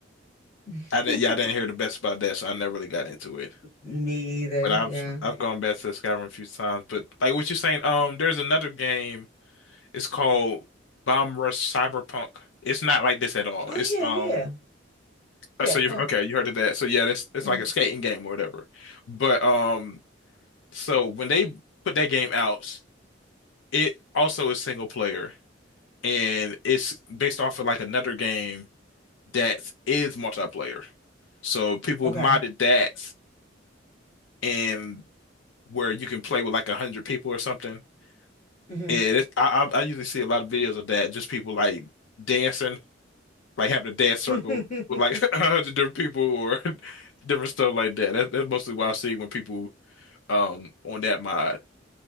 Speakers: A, on the left; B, on the left.
A: <laughs> Me
B: I didn't. Yeah, I didn't hear the best about that, so I never really got into it.
A: either.
B: But I've
A: Yeah.
B: I've gone back to Skyrim a few times. But like what you're saying, um, there's another game. It's called Bomb Rush Cyberpunk. It's not like this at all.
A: Oh
B: It's
A: yeah,
B: um
A: yeah, yeah.
B: uh, so you
A: yeah.
B: okay, you heard of that. So yeah, that's it's
A: hmm
B: like a skating game or whatever. But um so when they put that game out, it also is single player and it's based off of like another game that is multiplayer. So people
A: Okay.
B: modded that and where you can play with like a hundred people or something.
A: hmm
B: And it, I I I usually see a lot of videos of that, just people like dancing like having a dance circle
A: <laughs>
B: with like <laughs> a hundred different people or <laughs> different stuff like that. That's that's mostly what I've seen when people um on that mod.